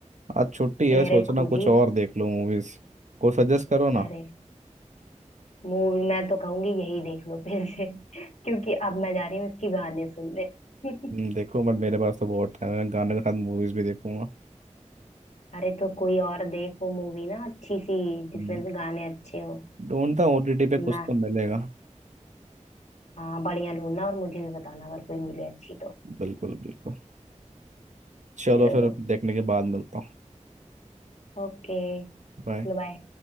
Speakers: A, on the right; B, on the left.
A: आज छुट्टी है
B: मेरे
A: सोचना
B: खुद
A: कुछ
B: ही
A: और देख लो मूवीज को सजेस्ट करो ना
B: अरे मूवी मैं तो कहूंगी यही देख लो फिर से <laughs> क्योंकि अब मैं जा रही हूँ इसकी गाने सुनने <laughs>
A: हम्म, देखो बट मेरे पास तो बहुत टाइम है मैं गाने के साथ मूवीज भी देखूंगा
B: अरे तो कोई और देख वो मूवी ना अच्छी सी
A: हम्म,
B: जिसमें भी गाने अच्छे हो
A: ढूंढता हूँ ओटीटी पे
B: ना
A: कुछ तो मिलेगा
B: हाँ बढ़िया ढूंढना और मुझे भी बताना अगर कोई मिले अच्छी तो
A: बिल्कुल बिल्कुल चलो
B: चलो
A: फिर देखने के बाद मिलता हूँ
B: ओके चलो
A: बाय
B: बाय